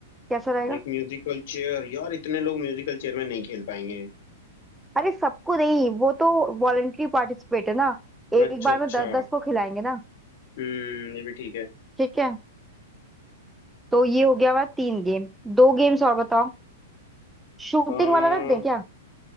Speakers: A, in the centre; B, on the left (about 60°).
A: कैसा रहेगा
B: एक म्यूजिकल चेयर यार इतने लोग म्यूजिकल चेयर में नहीं खेल पाएंगे
A: अरे सबको नहीं वो तो वॉलेंट्री पार्टिसिपेट है ना एक
B: अच्छा
A: बार
B: अच्छा
A: में दस दस को खिलाएंगे ना
B: हम्म ये भी ठीक है
A: ठीक है तो ये हो गया हमारा तीन गेम दो गेम्स और बताओ शूटिंग
B: हम्म
A: वाला रख दें क्या